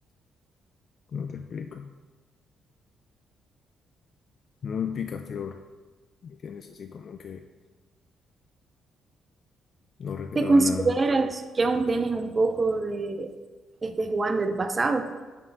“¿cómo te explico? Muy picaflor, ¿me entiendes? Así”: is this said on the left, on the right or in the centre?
Left